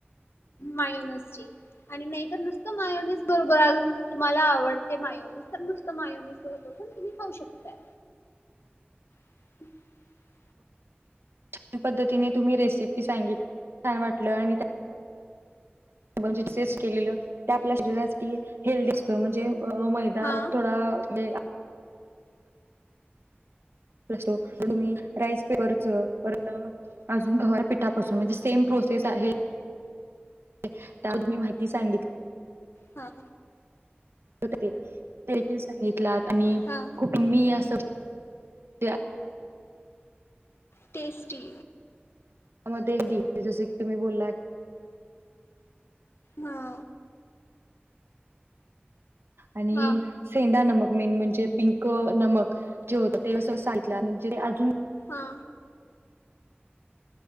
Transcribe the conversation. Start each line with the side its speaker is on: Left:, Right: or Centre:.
Left: मायोनसची आणि नाहीतर, नुसत मायोनिस बरोबर आज तुम्हाला, आवडते मायोनिस तर नुसत मायोनिस बरोबर पण तुम्ही खाऊ शकताय. <inaudible>
Right: छान पद्धतीने तुम्ही रेसिपी सांगित छान वाटलं आणि <unintelligible> आपल्या शरीरासाठी हेल्दी असतं म्हणजे अ मैदा
Left: हा
Right: थोडा म्हणजे तर तुम्ही राईस पेपच परत अजून गवार पिठापासून म्हणजे सेम प्रोसेस आहे. <unintelligible> त्या तुमही माहिती सांगितली.
Left: हा
Right: <unintelligible> साहेब
Left: हा
Right: <unintelligible> कुटुंबी असं. त्या
Left: टेस्टी
Right: <unintelligible> जसे तुम्ही बोलला.
Left: हा
Right: आणि
Left: हा
Right: सेंधा नमक मेन म्हणजे पिंक नमक जे होत, <unintelligible> म्हणजे अजून
Left: हा.